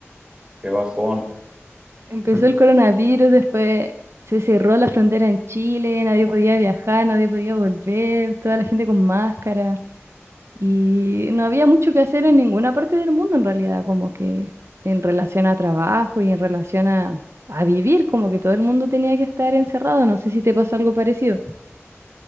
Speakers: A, on the right; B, on the right.
A: Qué bajón.
B: Empezó
A: <laughs>
B: el coronavirus, después se cerró la frontera en Chile, nadie podía viajar, nadie podía volver, toda la gente con máscara y no había mucho que hacer en ninguna parte del mundo en realidad, como que en relación a trabajo y en relación a, a vivir, como que todo el mundo tenía que estar encerrado, no sé si te pasó algo parecido.